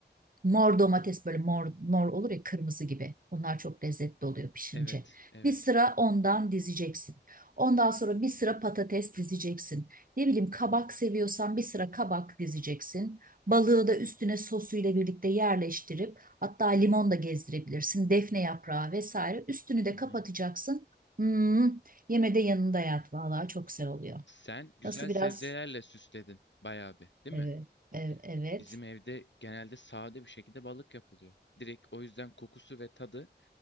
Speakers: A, on the right; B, on the left.
A: Mor domates böyle mor, mor olur ya kırmızı gibi. Onlar çok lezzetli oluyor pişince.
B: Evet, evet.
A: Bir sıra ondan dizeceksin. Ondan sonra bir sıra patates dizeceksin. Ne bileyim kabak seviyorsan bir sıra kabak dizeceksin. Balığı da üstüne sosuyla birlikte yerleştirip hatta limon da gezdirebilirsin. Defne yaprağı vesaire. Üstünü de
B: Hı hı.
A: kapatacaksın. Hmm, yemede yanında yat. Vallahi çok güzel oluyor.
B: Sen güzel
A: Nasıl
B: sebzelerle
A: biraz?
B: süsledin bayağı bir, değil
A: Evet,
B: mi?
A: evet, evet.
B: Bizim evde genelde sade bir şekilde balık yapılıyor. Direkt o yüzden kokusu ve tadı